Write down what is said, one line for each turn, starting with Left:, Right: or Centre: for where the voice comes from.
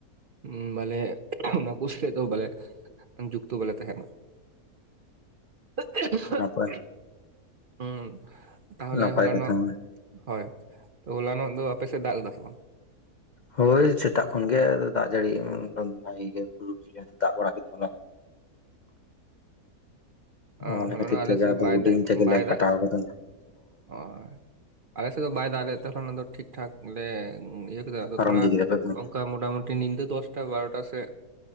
Right: ᱩᱸ ᱵᱟᱞᱮ ᱱᱩᱠᱩ ᱥᱟᱛᱮᱜ ᱫᱚ ᱵᱟᱞᱮ ᱡᱩᱠᱛᱚ ᱵᱟᱞᱮ ᱛᱟᱦᱮᱱᱟ᱾ <unintelligible>
Left: ᱱᱟᱯᱟᱭ
Right: ᱩᱸ ᱛᱟᱦᱚᱞᱮ
Left: ᱱᱟᱯᱟᱭ
Right: ᱦᱚᱞᱟᱱᱚᱜ
Left: ᱠᱟᱛᱷᱟ
Right: ᱦᱚᱭ ᱛᱚ ᱦᱚᱞᱟᱱᱚᱜ ᱫᱚ ᱟᱯᱮ ᱥᱮᱫ ᱫᱟᱜ ᱞᱮᱫᱟ ᱥᱮ ᱵᱟᱝ?
Left: ᱦᱳᱭ ᱥᱮᱛᱟᱜ ᱠᱷᱚᱱ ᱜᱮ ᱟᱫᱚ ᱫᱟᱜ ᱡᱟᱹᱲᱤ <unintelligible> ᱵᱷᱟᱜᱤ ᱜᱮ ᱦᱩᱰᱩᱨ ᱵᱤᱡᱽᱞᱤ ᱫᱟᱜ ᱵᱟᱲᱟ ᱠᱮᱫᱟ ᱦᱚᱞᱟ᱾
Right: ᱚ
Left: ᱚᱱᱟ
Right: ᱦᱚᱞᱟᱱᱚᱜ
Left: ᱠᱷᱟᱹᱛᱤᱨ
Right: ᱟᱞᱮ
Left: ᱛᱮᱜᱮ
Right: ᱥᱮᱫ
Left: ᱟᱫᱚ
Right: ᱵᱟᱭ
Left: ᱦᱩᱰᱤᱧ
Right: ᱫᱟ
Left: ᱛᱮᱜᱮᱞᱮ
Right: ᱵᱟᱭ ᱫᱟᱜ
Left: <unintelligible>
Right: ᱚ ᱟᱞᱮ ᱥᱮᱫ ᱫᱚ ᱵᱟᱭ ᱫᱟᱜ ᱞᱮᱜ ᱛᱮ ᱦᱚᱞᱟᱱᱚᱜ ᱫᱚ ᱴᱷᱤᱠ ᱴᱷᱟᱠ ᱞᱮ ᱤᱭᱟᱹ ᱠᱮᱫᱟ ᱟᱫᱚ
Left: ᱯᱟᱨᱚᱢ
Right: ᱛᱷᱚᱲᱟ
Left: ᱤᱫᱤ ᱠᱮᱫᱟ ᱯᱮ ᱵᱟᱝ?
Right: ᱚᱱᱠᱟ ᱢᱚᱴᱟᱢᱩᱴᱤ ᱧᱤᱫᱟᱹ ᱫᱚᱥᱴᱟ ᱵᱟᱨᱚᱴᱟ ᱥᱮᱜ